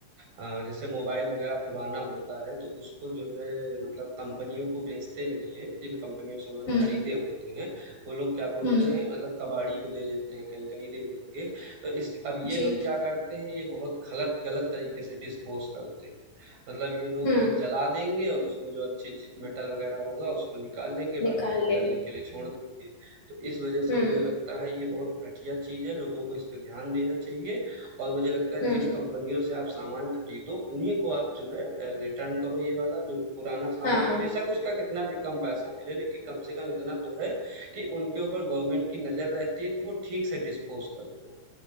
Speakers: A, on the right (about 50°); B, on the left (about 45°).
A: अ, जैसे मोबाइल वगैरह पुराना होता है तो उसको जो है मतलब कंपनियों को बेचते नहीं है जिन कंपनियों से उन्होंने
B: हम्म
A: खरीदे होते हैं वो लोग क्या बोलते
B: हम्म
A: हैं मतलब कबाड़ी को दे देते हैं कहीं कहीं दे देंगे तो इस अब
B: जी
A: ये लोग क्या करते हैं ये बहुत गलत गलत तरीके से डिस्पोज करते हैं मतलब ये लोग
B: हम्म
A: बस जला देंगे और उसमें जो अच्छी चीज मेटल वगैरह होगा उसको निकाल लेंगे
B: निकाल
A: बाकी को
B: लेंगे
A: जलने के लिए छोड़ देंगे तो इस वजह
B: हम्म
A: से मुझे लगता है ये बहुत घटिया चीज़ है, लोगों को इस पे ध्यान देना चाहिए और मुझे लगता है
B: हम्म
A: जिन कंपनियों से आप सामान खरीदो, उन्हीं को आप जो है अ, रिटर्न करो ये वाला जो पुराना सामान
B: हाँ
A: है। बेशक उसका कितना भी कम पैसा मिले, लेकिन कम से कम इतना तो है कि उनके ऊपर गवर्नमेंट की नज़र रहती है, तो वो ठीक से डिस्पोज़ करते हैं।